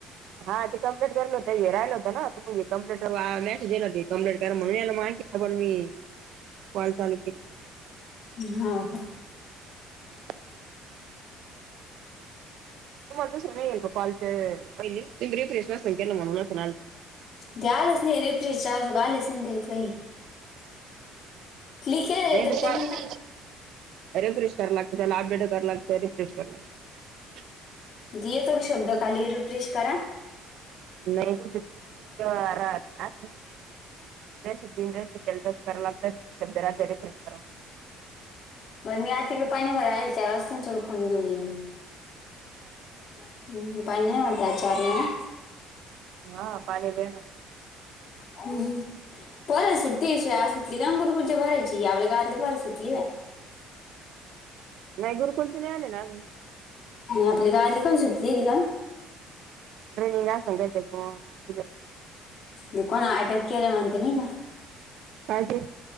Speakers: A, on the right; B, on the left.
A: हा ते कंप्लीट केरेल होत. हे राहिल होत ना. कम्प्लेट मसेज येयेल होते कम्लेट करा म्हणून. मग याला आणखी डबल मी कॉल चालू के
B: हो का
A: <inaudible> तुम्हाला दुसर नाही येईल का कॉलच पाहिले. तुम्ही रिफ्रेश नसेल केल म्हणून नसल आल.
B: ते आलेच नाही. रिफ्रेशचे अजून आलेच नाही ते काही. लेखी येतात
A: नाही
B: ते नंतर
A: रिफ्रेश कराय लागत त्याला. अपडेट कराय लागत. रिफ्रेश करा लागत.
B: दि येतो का शब्द खाली रिफ्रेश करा.
A: <unintelligible> त्या रेषा तीन रेषा त्याला टच कराव लागत. शब्द राहतो रिफ्रेश करा.
B: बर मी आज तिकडे पाणी भरयले येईल चार वाजता तेव्हा फोन घेऊन येईन मी.
A: <inaudible>
B: हा पाणी नाही म्हणताय चारला ना.
A: हा पाणी दे ना.
B: हम्म हम्म पोरां सुट्टी आहे शाळा सु ती गांगापुरची पोरायची आपल्या गावातली पोर सुटली बाई.
A: नाही गुरुकुलचे नाही आले ना अजून.
B: आपली गावातली काऊन सुट्टी दिली काऊन.
A: ट्रेनिंग असेल काहीतरी
B: ते कोणा अटक केलं म्हणते नाही का?
A: काय ते